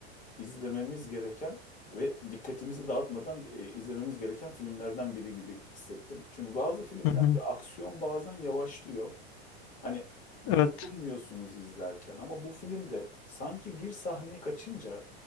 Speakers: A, on the left; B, on the left.
A: izlememiz gereken ve dikkatimizi dağıtmadan e, izlememiz gereken filmlerden biri gibi hissettim. Çünkü bazı filmlerde
B: Hı hı.
A: aksiyon bazen yavaşlıyor. Hani yorulmuyorsunuz
B: Evet.
A: izlerken ama bu filmde sanki bir sahne kaçınca